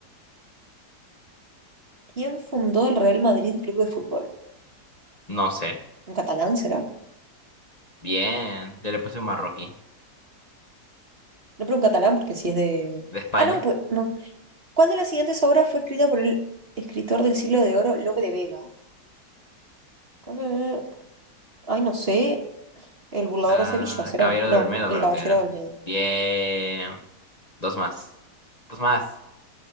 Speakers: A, on the right; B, on the left.
A: ¿Quién fundó el Real Madrid Club de Fútbol?
B: no sé.
A: ¿Un catalán será?
B: Bien, yo le puse un marroquí,
A: No, pero un catalán porque si es de...
B: de España.
A: Ah, no, pues no. ¿Cuál de las siguientes obras fue escrita por el escritor del siglo de oro, Lope de Vega? Eh, Ay, no sé. El burlador
B: Ah,
A: de Sevilla, ¿será?
B: Caballero
A: No,
B: de Olmedo
A: el
B: creo
A: caballero
B: que era.
A: del medio.
B: Bien, dos más. Dos más.